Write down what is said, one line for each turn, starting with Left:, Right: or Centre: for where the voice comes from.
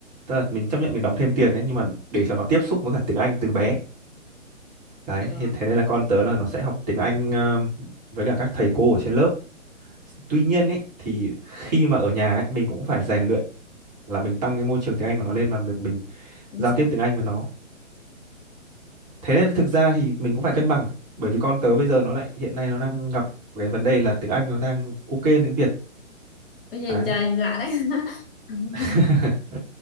Right: tức là mình chấp nhận mình đóng thêm tiền đấy nhưng mà để cho nó tiếp xúc với cả tiếng Anh từ bé đấy
Left: rồi,
Right: thì thế nên là con tớ là nó sẽ học tiếng Anh ờ, với cả các thầy cô ở trên lớp tuy nhiên ấy thì
Left: ừ,
Right: khi mà ở nhà ấy mình cũng phải rèn luyện là mình tăng cái môi trường tiếng Anh của nó lên bằng việc mình
Left: chính
Right: giao
Left: xác.
Right: tiếp tiếng Anh với nó thế nên thực ra thì mình cũng phải cân bằng bởi vì con tớ bây giờ nó lại hiện nay nó đang gặp cái vấn đề là tiếng Anh nó đang ok hơn tiếng Việt
Left: Bây giờ
Right: đấy
Left: trời lạ đấy. <laughs>
Right: <laughs>